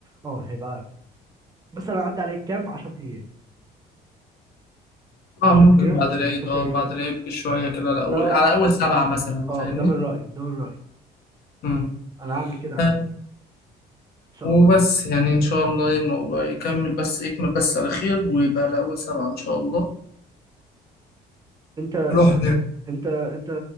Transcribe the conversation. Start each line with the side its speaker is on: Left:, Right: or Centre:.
Right: اه هيبقى مثلا عدى عليك كام 10 ايام
Left: اه
Right: 10
Left: ممكن
Right: ايام
Left: بعد العيد
Right: 15
Left: اه
Right: يوم
Left: بعد العيد بشويه كده على اول
Right: ده
Left: على اول سبعه مثلا
Right: اه
Left: فاهمني
Right: ده من رأيي ده من رأيي
Left: امم
Right: انا هعمل كده عنه
Left: آه،
Right: ان شاء
Left: وبس
Right: الله يعني
Left: يعني ان شاء الله الموضوع يكمل بس يكمل بس على خير ويبقى على اول سبعه ان شاء الله
Right: انت انت
Left: نروح
Right: انت انت